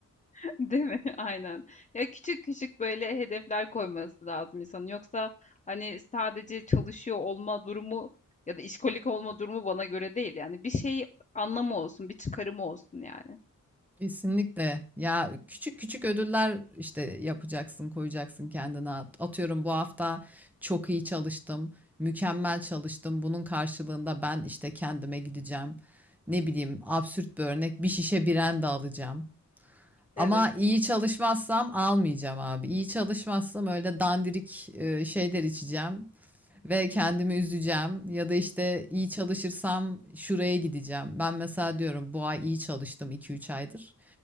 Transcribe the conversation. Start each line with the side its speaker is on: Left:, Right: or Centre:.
Left: <laughs> Değil mi? <laughs> Aynen. Ya küçük küçük böyle hedefler koyması lazım insanın. Yoksa hani sadece çalışıyor olma durumu ya da işkolik olma durumu bana göre değil. Yani bir şey anlamı olsun, bir çıkarımı olsun yani.
Centre: Kesinlikle. Ya küçük küçük ödüller işte yapacaksın, koyacaksın kendine. At- Atıyorum bu hafta çok iyi çalıştım, mükemmel çalıştım. Bunun karşılığında ben işte kendime gideceğim. Ne bileyim, absürt bir örnek bir şişe biren de alacağım. Ama
Left: Evet,
Centre: iyi çalışmazsam almayacağım abi. İyi çalışmazsam öyle dandirik e, şeyler içeceğim ve kendimi üzeceğim ya da işte iyi çalışırsam şuraya gideceğim. Ben mesela diyorum bu ay iyi çalıştım iki üç aydır.